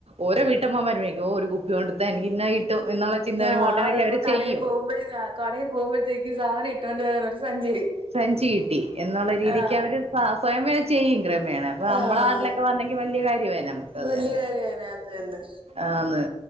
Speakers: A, on the right; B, on the right.
A: ഓരോ വീട്ടമ്മമാരോയ്ക്കും ഓഹ് ഒരു കുപ്പി കൊണ്ടുത്താ എനിക്ക് ഇന്ന കിട്ടും എന്നുള്ള ചിന്ത
B: ആഹ്
A: വരുമ്പോ ഓട്ടോമാറ്റിക്കലി
B: അപ്പോ
A: അവര്
B: കടേ
A: ചെയ്യും
B: പോവുമ്പഴല്ലാ കടേൽ പോവ്മ്പോത്തേക്ക് സാധനം ഇട്ടുകൊണ്ട് വരാനൊരു സഞ്ചി
A: സഞ്ചി കിട്ടി എന്നുള്ള രീതിക്ക്
B: ആഹ്
A: അവര് സ്വയമേ ചെയ്യും ക്രമേണെ അപ്പൊ നമ്മള
B: ആഹ്
A: നാട്ടിലൊ ക്കെ വന്നെങ്കി വല്യയ കാര്യമായേനെ നമുക്ക് അത്
B: വല്യ
A: തന്നെ
B: കാര്യന്നെ അത് തന്നെ
A: ആന്ന്